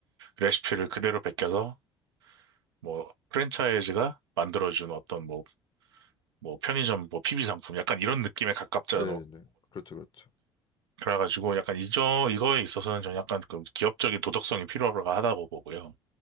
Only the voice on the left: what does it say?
네네. 그렇죠, 그렇죠.